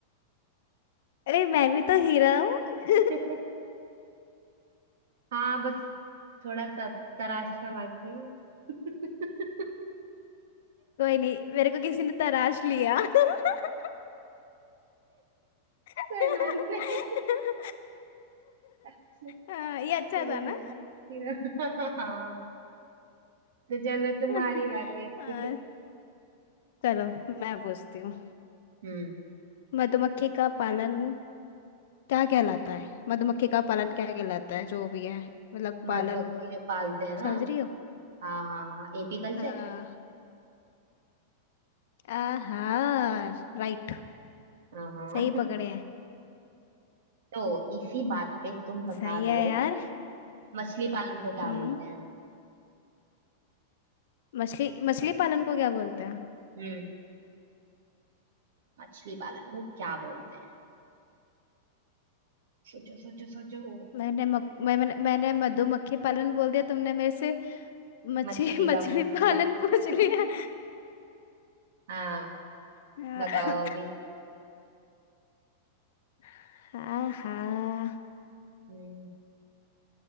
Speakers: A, on the left; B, on the right.
A: अरे मैं भी तो हीरा हूँ <laughs>
B: <laughs> हाँ बस थोड़ा सा तराशना बाकी है <laughs>
A: कोई नहीं मेरे को किसी ने तराश लिया <laughs> <laughs>
B: कोई बात नहीं अच्छा
A: हाँ, ये अच्छा
B: जरूर
A: था ना
B: फिर- <laughs> हाँ तो चलो तुम्हारी
A: <laughs>
B: बारी है पूछो
A: हाँ, चलो मैं पूछती हूँ
B: हम्म
A: मधुमक्खी का पालन क्या कहलाता है मधुमक्खी का पालन क्या कहलाता है जो भी है मतलब पालन
B: मधुमक्खी जो पालते हैं ना
A: समझ रही हो
B: हाँ हाँ हाँ एपी कल्चर
A: हाँ आहार राइट
B: हाँ हाँ
A: सही
B: <laughs>
A: पकड़े हैं
B: तो इसी बात पे तुम बता
A: सही
B: दो
A: है यार
B: मछली पालन को क्या
A: हम्म
B: बोलते हैं
A: मछली मछली पालन को क्या बोलते हैं
B: हम्म मछली पालन को क्या बोलते हैं सोचो सोचो सोचो
A: मैंने मक, मैं, मैंने मैंने मधुमक्खी पालन बोल दिया तुमने मेरे से मछली
B: मछली
A: <laughs> मछली
B: का पूछ लिया
A: पालन पूछ लिया
B: <laughs> हाँ
A: अ-
B: बताओ अभी
A: <coughs> हाँ हाँ
B: हम्म,